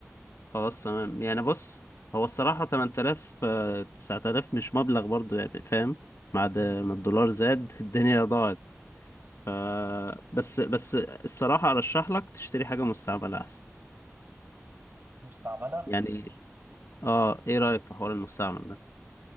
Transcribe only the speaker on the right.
م-
م.
مستعملة